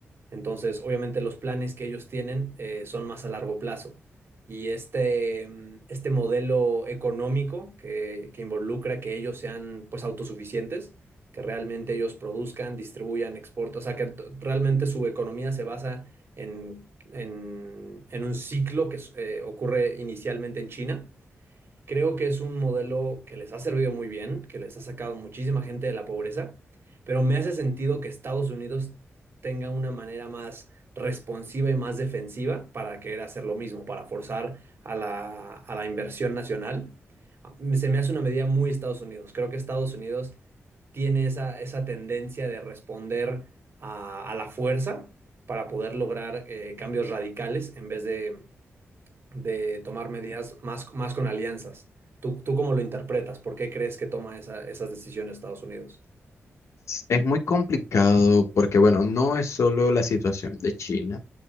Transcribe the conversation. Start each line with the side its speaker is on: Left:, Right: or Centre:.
Right: Entonces, obviamente los planes que ellos tienen eh, son más a largo plazo. Y este, mm, este modelo económico que, que involucra que ellos sean pues autosuficientes, que realmente ellos produzcan, distribuyan, exporten, o sea, que t- realmente su economía se basa en, en- en un ciclo que s- eh, ocurre inicialmente en China Creo que es un modelo que les ha servido muy bien, que les ha sacado muchísima gente de la pobreza, pero me hace sentido que Estados Unidos tenga una manera más responsiva y más defensiva para querer hacer lo mismo, para forzar a la, a la inversión nacional. A- Se me hace una medida muy Estados Unidos. Creo que Estados Unidos tiene esa, esa tendencia de responder a, a la fuerza para poder lograr eh, cambios radicales en vez de de tomar medidas más, más con alianzas. ¿Tú, tú cómo lo interpretas? ¿Por qué crees que toma esa- esas decisiones Estados Unidos?
Left: Es muy complicado porque, bueno, no es solo la situación de China